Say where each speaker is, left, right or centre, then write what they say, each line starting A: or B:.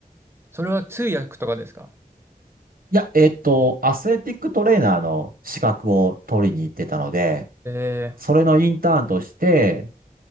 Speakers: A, on the right (about 15°); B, on the right (about 70°).
A: それは通訳とかですか
B: いや、えっと、アスレティックトレーナーの資格を取りに行ってたので、
A: え
B: それのインターンとして、